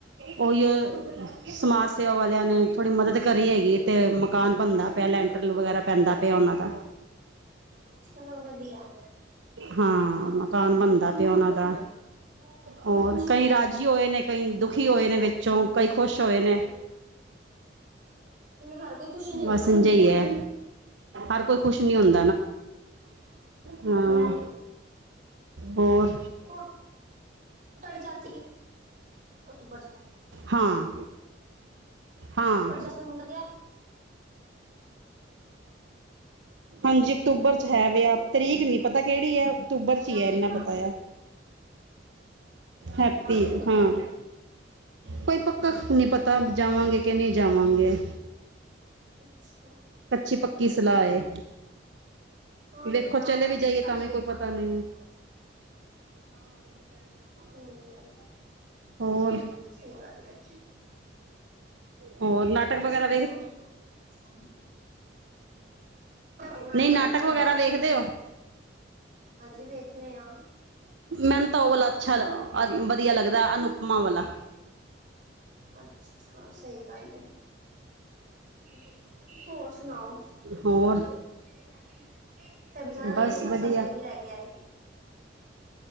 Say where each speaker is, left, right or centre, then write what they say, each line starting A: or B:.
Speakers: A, on the right; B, on the right.
A: ਓਹੀਓ ਸਮਾਜ ਸੇਵਾ ਵਾਲਿਆਂ ਨੇ ਥੋੜ੍ਹੀ ਮਦਦ ਕਰੀ ਹੈਗੀਏ, ਤੇ ਮਕਾਨ ਬਣਦਾ ਪਿਆ ਲੈਂਟਰ ਵਗੈਰਾ ਪੈਂਦਾ ਪਿਆ ਉਹਨਾਂ ਦਾ।
B: ਚਲੋ, ਵਧੀਆ।
A: ਹਾਂ, ਮਕਾਨ ਬਣਦਾ ਪਿਆ ਉਹਨਾਂ ਦਾ।
B: <inaudible> ਅੱਛਾ।
A: ਔਰ ਕਈ ਰਾਜੀ ਹੋਏ ਨੇ ਕਈ ਦੁਖੀ ਹੋਏ ਨੇ ਵਿੱਚੋਂ ਕਈ ਖੁਸ਼ ਹੋਏ ਨੇ
B: ਹਰ ਕੋਈ ਖੁਸ਼ ਨੀ ਹੁੰਦਾ
A: ਬਸ ਇੰਝ
B: ਨਾ?
A: ਹੀ ਹੈ ਹਰ ਕੋਈ ਖੁਸ਼ ਨਹੀਂ ਹੁੰ
B: <unintelligible>
A: ਹਾਂ, ਹੋਰ?
B: ਹੋਰ ਤੁਹਾਡੀੇ ਚਾਚੀ ਤੂਆਡੇ
A: ਹਾਂ ਹਾਂ
B: ਸਬਦੇ ਮੁੰਡਦੇ ਆ?
A: ਹਾਂਜੀ, ਅਕਤੂਬਰ ਚ ਹੈ ਵੇਆ। ਤਰੀਕ ਨੀ ਪਤਾ ਕੇੜੀ ਐ, ਅਕਤੂਬਰ
B: ਕੀ
A: ਚ
B: ਨਾਮ
A: ਈ ਐ, ਏਨਾ
B: ਕਹਿੰਦਾ
A: ਪਤਾ
B: ਨਾਮ ਉਹਦਾ
A: ਆ। ਹੈਪੀ,
B: ਬੁਲਾਣਗੇ ਮਤਲਬ
A: ਹਾਂ। ਕੋਈ ਪੱਕਾ ਖ ਨੀ ਪਤਾ ਜਾਵਾਂਗੇ ਕੇ ਨਈ ਜਾਵਾਂਗੇ।
B: ਅੱਛਾ।
A: ਕੱਚੀ-ਪੱਕ ਕੀ ਸਲਾਅ ਏ,
B: ਹਾਂ
A: ਵੇਖੋ
B: ਜਦੋਂ ਬੁਲਾਣਗੇ
A: ਚਲੇ ਵੀ
B: ਫਿਰ
A: ਜਾਈਏ ਤਾਂ
B: ਹੀ
A: ਵੀ
B: ਵੇਖਾਂਗੇ
A: ਕੋਈ ਪਤਾ ਨਈ ਐ। <inaudible>
B: ਹੂੰ।
A: ਹੋਰ
B: ਸਈ ਗੱਲ ਏ,
A: ਹੋਰ ਨਾਟਕ
B: ਤੂਸੀ
A: ਵਗੈਰਾ
B: ਦੱਸੋ? <inaudible> ਹੁਣ ਆ
A: ਨਈ
B: ਤੁਹਾਡੇ
A: ਨਾਟਕ
B: ਨਾਲ ਗੱਲ
A: ਵਗੈਰਾ
B: ਕਰ ਰਹੇ
A: ਵੇਖਦੇ
B: ਹਾਂ
A: ਓ?
B: ਹਾਂਜੀ ਵੇਖਨੇ ਆ
A: ਮੈਨ ਤਾ ਓ ਵਾਲਾ ਅੱਛਾ ਲ ਅ ਵਦੀਆ ਲੱਗਦੈ ਅਨੁ ਪਮਾ ਵਲਾ।
B: ਅੱਛਾ, ਸਈ ਗਾੱਲ ਏ। ਹੋਰ ਸੁਨਾਓ?
A: ਹੋਰ।
B: <unintelligible> ਸਬ ਛਾੱਡ
A: ਬਸ
B: ਮੇਰੀ ਸਾੱਸ
A: ਵਧੀਆ
B: ਅਸਤੇ ਕੀ ਲੇ ਲੇਆਏ?